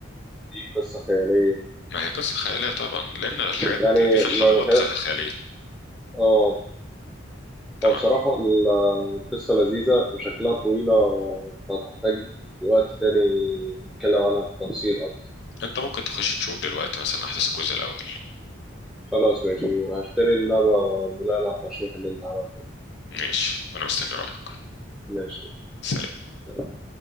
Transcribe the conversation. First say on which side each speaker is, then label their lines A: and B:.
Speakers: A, in the centre; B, on the left (about 55°).
A: دي قصة خيالية
B: ما هي قصة خيالية طبعا لأن الحاجات
A: يعني
B: دي في الحضارات
A: ما ما كان
B: خ- خيالية
A: آه
B: تمام
A: هو بصراحة ال- القصة لذيذة وشكلها طويلة فتحتاج وقت تاني نتكلم عنها بالتفصيل أكتر
B: أنت ممكن تخش تشوف دلوقتي مثلا أحداث الجزء الأول
A: خلاص ماشي وهشتري اللعبة بناء على الترشيح اللي أنت عملته
B: ماشي وأنا مستني رأيك
A: ماشي
B: سلام
A: سلام.